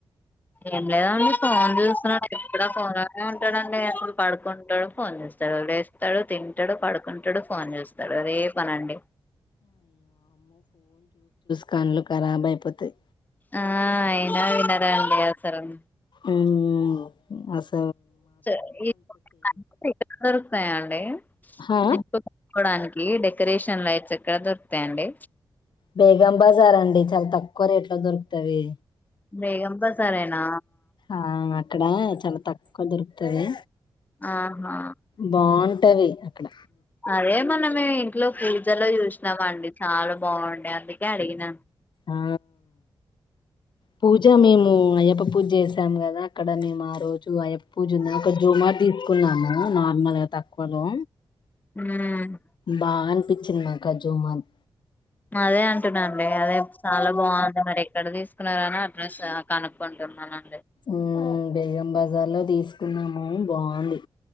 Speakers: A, on the left (about 20°); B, on the left (about 60°).
A: ఏం లేదండి ఫోన్ చూస్తున్నాడు ఎక్కడ ఫోన్ లోనే ఉంటాడండి. అసల్ పడుకుంటాడో ఫోన్ చూస్తడు లేస్తడు తింటడు పడుకుంటడు ఫోన్ చూస్తడు అదే పనండి
B: కన్లు కరాబ్ అయిపోతాయ్
A: ఆ అయినా వినరండి అవసరం
B: ఊమ్ అస్
A: <unintelligible> దొరుకుతాయ అండి.
B: హా
A: ఇంకోక్ కోడానికి ఏ డెకరేషన్ లైట్స్ ఎక్కడ దొరుకుతాయి అండి.
B: బేగం బజార్ అండి చాలా తక్కువ రేట్ లో దొరుకుతావి
A: బేగం బజారేనా
B: ఆ అక్కడ చాలా తక్కువ దొరుకుతది
A: ఆహా
B: బాగుంటది అక్కడ
A: అదే మ న్ మే ఇంక పో చాల చూసినామ అండి చాల బాగుండే అందుకే అడిగిన
B: ఆ పూజ మేము అయ్యప్ పూజ చేసాం కదా! అక్కడ మేము ఆ రోజు అయ్యప్ పూజన్నా ఒక జూమా తీసుకున్నాము. అ నార్మల్గా తక్కువలో
A: హ్మ్ ఉ
B: బా అనిపించిన మాకు ఆ జుమాత్
A: అదే అంటున్నా అండి అదే చాలా బాగుంది. మరి ఎక్కడ తీసుకున్నారని, అడ్రస్ కనుక్కుంటున్నాను.
B: ఉ బేగం బజార్ లో తీసుకున్నాము బా అవుంది.